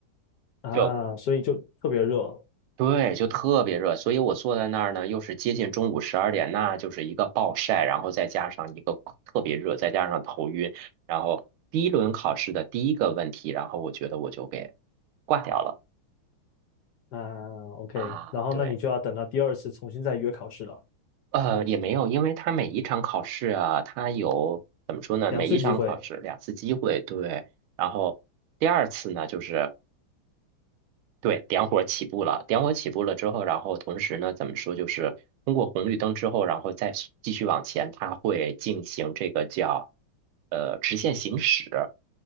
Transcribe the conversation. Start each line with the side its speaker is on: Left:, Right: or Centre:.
Left: 啊，
Right: 就
Left: 所以就特别热，
Right: 对，就特别热。所以我坐在那儿呢，又是接近中午十二点，那就是一个暴晒，然后再加上一个特别热，再加上头晕，然后第一轮考试的第一个问题，然后我觉得我就给挂掉了
Left: 啊，OK，
Right: 啊，
Left: 然后那你就要等到第二次重新再约考试了，
Right: 对。呃，也没有，因为他每一场考试啊，他有怎么说呢？
Left: 两次机会，
Right: 每一场考试两次机会，对。然后第二次呢，就是对点火起步了，点火起步了之后，然后同时呢，怎么说，就是通过红绿灯之后，然后再继续往前，它会进行这个叫呃直线行驶。